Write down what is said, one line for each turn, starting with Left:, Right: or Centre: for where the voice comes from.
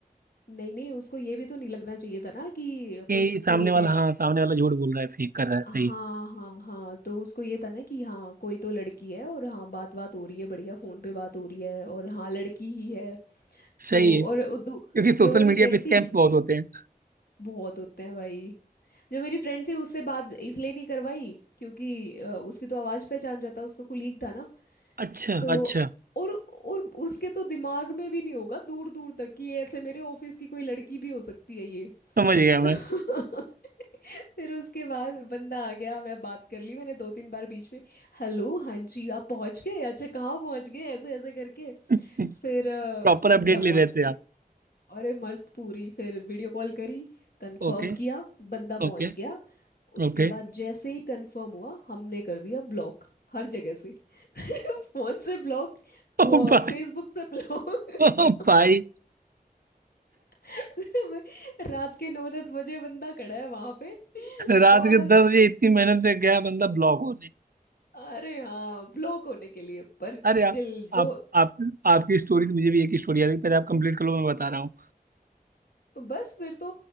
Left: नहीं नहीं उसको ये भी तो नहीं लगना चाहिए था ना कि
Right: कि
Left: कोई
Right: सामने
Left: फेक
Right: वाला
Left: है
Right: हाँ सामने वाला झूठ बोल रहा है फेक कर रहा है सही
Left: हाँ हाँ हाँ तो उसको ये था ना कि हाँ कोई तो लड़की है और हाँ बात बात हो रही है बढ़िया फोन पे बात हो रही है और हाँ लड़की ही है
Right: सही
Left: तो और उ- दू-
Right: क्योंकि सोशल
Left: जो मेरी
Right: मीडिया
Left: फ्रेंड
Right: पे स्कैम्स
Left: थी
Right: बहुत होते हैं
Left: बहुत होते हैं भाई जो मेरी फ्रेंड थी उससे बात इसलिए नहीं करवाई क्योंकि अ, उसकी तो आवाज़ पहचान जाता उसका कुलीग था ना
Right: अच्छा
Left: तो
Right: अच्छा
Left: और और उसके तो दिमाग में भी नहीं होगा दूर दूर तक कि ऐसे मेरे ऑफिस की कोई लड़की भी हो सकती है ये
Right: समझ गया मैं
Left: तो <laughs> फिर उसके बाद बंदा आ गया मैं बात कर ली मैंने दो तीन बार बीच में हेलो हाँ जी आप पहुंच गए अच्छा कहाँ पहुंच गए ऐसे ऐसे करके
Right: <laughs>
Left: फिर अ,
Right: प्रॉपर
Left: बंदा
Right: अपडेट ले
Left: पहुंच
Right: रहे थे
Left: गया
Right: आप
Left: अरे मस्त पूरी फिर वीडियो कॉल करी कंफर्म
Right: ओके
Left: किया बंदा
Right: ओके
Left: पहुंच गया उसके
Right: ओके
Left: बाद जैसे ही कंफर्म हुआ हमने कर दिया ब्लॉक हर जगह से <laughs> फोन से ब्लॉक
Right: ओ
Left: वो
Right: भाई
Left: फेसबुक से ब्लॉक
Right: ओ
Left: <laughs>
Right: भाई
Left: <laughs> रात के नौ दस बजे बंदा खड़ा है वहां पे
Right: रात
Left: और
Right: के दस बजे इतनी मेहनत से गया बंदा ब्लॉक होने
Left: अरे हाँ ब्लॉक होने के लिए पर
Right: अरे आप
Left: स्टिल
Right: आप
Left: जो
Right: आप आपकी स्टोरी से मुझे भी एक ही स्टोरी आ गई पहले आप कंप्लीट करो मैं बता रहा हूँ
Left: बस फिर तो